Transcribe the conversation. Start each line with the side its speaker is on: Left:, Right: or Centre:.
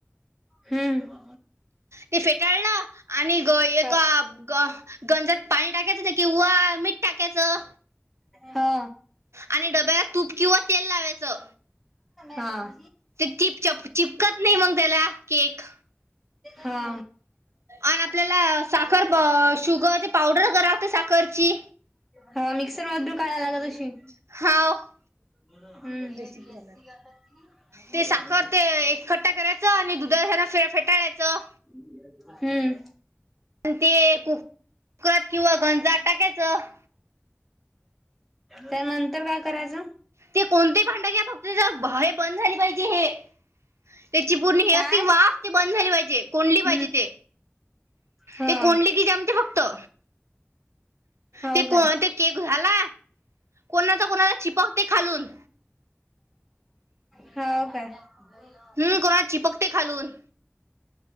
Centre: हम्म
Right: ते फेटाळलं आणि ग
Centre: हा
Right: एका ग गंजात पाणी टाकायचं किंवा मीठ टाकायचं.
Centre: हा.
Right: आणि डब्यात तूप किंवा तेल लावायचं.
Centre: हा.
Right: ते चिप चप चिपकत नाही मग त्याला केक.
Centre: हा
Right: आण आपल्याला साखर शुगरची पावडर करालागते साखरची.
Centre: हा मिक्सर मधून काढाय लागत तशी.
Right: हाव.
Centre: हम्म <inaudible>
Right: रेसिपी सांगणार
Centre: बीससी कराता
Right: ते साखर
Centre: ती.
Right: <unintelligible> आणि दुधाच्या ह्यांन फेटाळायचं.
Centre: <unintelligible> हम्म.
Right: ते कु कुकरात किंवा गंजा टाकायचं.
Centre: त्या नंतर काय करायचं.
Right: ते कोणते भांडा घ्या फक्त भय बंद झाली पाहिजे हे, त्याची पूर्ण हे
Centre: काय
Right: असते वाफ ते बंद झाली पाहिजे, कोडली
Centre: हम्म
Right: पाहिजे ते.
Centre: हा
Right: ते कोडली की जमते फक्त-
Centre: हो
Right: ते
Centre: काय
Right: को ते केक झाला, कोणाचा कोणाचा चिपकते खालून.
Centre: ह <inaudible> हा हो काय. हो <inaudible>
Right: हम्म कोणा चिपकटे खालून.